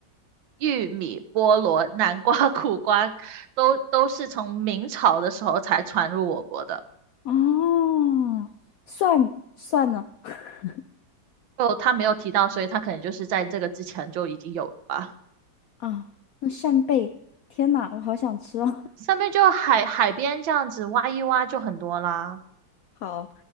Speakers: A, on the right (about 80°); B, on the left (about 80°).
A: 玉米、菠萝、南瓜、<laughs> 苦瓜都都是从明朝的时候才传入我国的。
B: 哦，蒜蒜呢？<laughs>
A: 就他没有提到，所以他可能就是在这个之前就已经有了吧。
B: 啊，那扇贝，天呐，我好想吃哦。
A: 上面就海海边这样子挖一挖就很多啦。
B: <laughs> 好，